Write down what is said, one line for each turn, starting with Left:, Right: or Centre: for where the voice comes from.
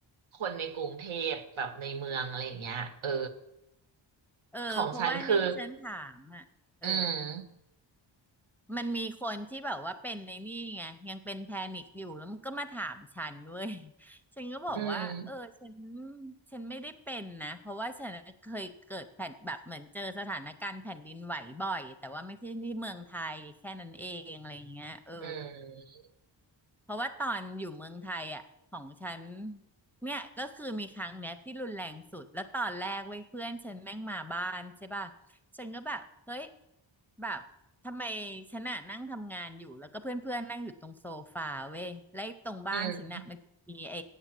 Right: คนในกรุงเทพแบบในเมืองอะไรอย่างเงี้ยเออ
Centre: เออเพราะว่าเนี่ยที่ฉันถามอ่ะเออ
Right: ของฉันคืออืม
Centre: มันมีคนที่แบบว่าเป็นในนี่ไงยังเป็นแพนิคอยู่แล้วมันก็มาถามฉันเว้ย <laughs> ฉันก็บอกว่าเออฉัน
Right: อืม
Centre: ฉันไม่ได้เป็นนะเพราะว่าฉันเคยเกิดแผ่นแบบเหมือนเจอสถานการณ์แผ่นดินไหวบ่อยแต่ว่าไม่ใช่ที่เมืองไทยแค่นั้นเองอะไรเงี้ยเออ
Right: อืม
Centre: เพราะว่าตอนอยู่เมืองไทยอ่ะของฉันเนี่ยก็คือมีครั้งเนี้ยที่รุนแรงสุดแล้วตอนแรกเว้ยเพื่อนฉันแม่งมาบ้านใช่ป่ะฉันก็แบบเฮ้ยแบบทำไมฉันอะนั่งทำงานอยู่แล้วก็เพื่อนเพื่อนนั่งอยู่ตรงโซฟาเว้ยแล้วไอ้ตรงบ้านฉันอะมันจะมีไอ้
Right: อืม